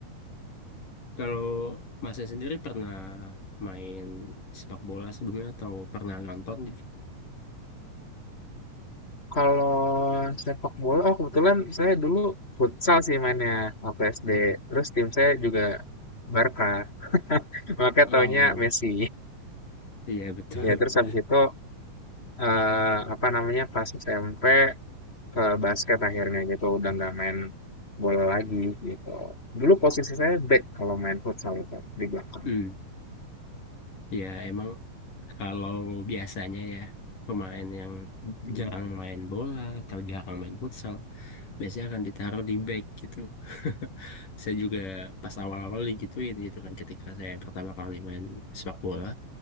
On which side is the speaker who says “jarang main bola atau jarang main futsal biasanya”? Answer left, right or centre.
Left